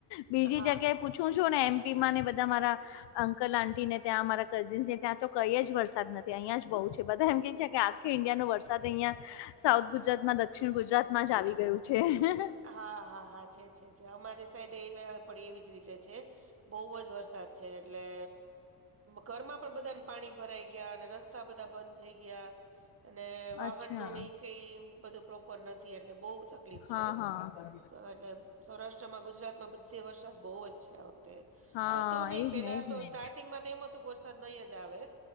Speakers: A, on the left; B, on the right.
A: બીજી
B: હા.
A: જગ્યાએ પૂછું છું ને એમપી માં ને બધા મારા અંકલ આટી ને ત્યાં અમારા કઝિન્સને ત્યાં તો કઈ જ વરસાદ નથી અહીં જ બહુ છે, બધા એમ કે છે, કે કે ઈન્ડિયા નો વરસાદ અહિયાં સાઉથ ગુજરાતમાં
B: હા
A: દક્ષિણ ગુજરાતમાં જ આવી ગયું છે.
B: હા-હા-હા છે છે છે, અમારી સાઈડ એ પડી એવી જ રીતે છે. બહુ જ વરસાદ છે. એટલે ઘરમાં પણ બધાને પાણી ભરાઈ ગયા, અને રસ્તા બધા બંધ થઈ ગયા અને વાહન
A: અચ્છા
B: નું નહી, કઈ બધું પ્રોપર નથી એટલે બહુ તકલીફ
A: હા
B: છે.
A: હા
B: એટલે સૌરાષ્ટ્રમાં ગુજરાતમાં બધે વરસાદ બહુ જ છે, આ વખતે
A: હા
B: હતો નહી
A: એજ
B: પેલા
A: ને એજ
B: તો
A: ને
B: સ્ટાર્ટિંગમાં તો એમ હતું વરસાદ નહી, જ આવે